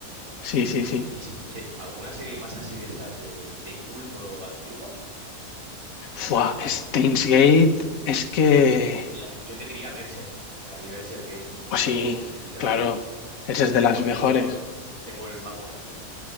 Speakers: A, on the left (about 65°); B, on the right (about 60°).
A: Sí,
B: Y
A: sí, sí.
B: así, se- se- ¿alguna serie más así de estas de, de culto antigua?
A: Fua,
B: ¿Te suena?
A: Steins Gate, es que...
B: O sea, yo te diría Berserk. Para mí Berserk es un
A: Pues
B: seriote,
A: sí,
B: no sé si te
A: claro,
B: la has visto.
A: esa es de
B: Tengo,
A: las mejores.
B: tengo, tengo el manga también.